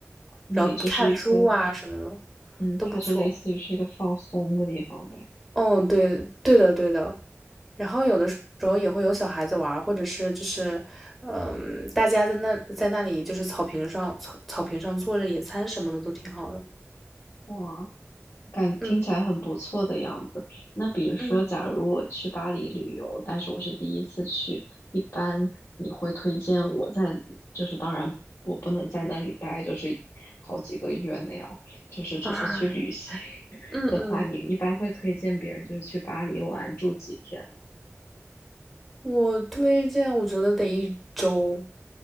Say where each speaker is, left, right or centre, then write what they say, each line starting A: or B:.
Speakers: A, on the left (about 70°); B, in the centre.
A: 那里就是一个，
B: 然后看书啊什么的
A: 嗯，
B: 都不错。
A: 它就类似于是一个放松的地方呗。
B: 哦，对对的对的，然后有的时候也会有小孩子玩或者是就是嗯，呃大家在那在那里就是草坪上草草坪上坐着野餐什么的都挺好的。
A: 哇，感听起来很不错的样子。
B: 嗯
A: 那比如说，
B: 嗯
A: 假如我去巴黎旅游，但是我是第一次去，一般你会推荐我在，就是当然我不能在那里待，就是好几个月那样，就是只是去旅行
B: 啊
A: <laughs>
B: 嗯嗯，
A: 的话，你一般会推荐别人就是去巴黎玩住几天呢
B: 我推荐，我觉得得一周，